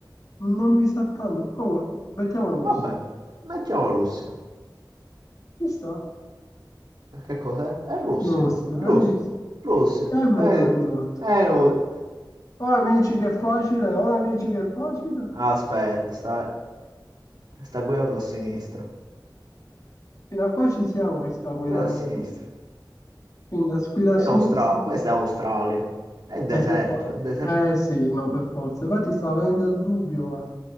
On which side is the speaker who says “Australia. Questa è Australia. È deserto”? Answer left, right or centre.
Right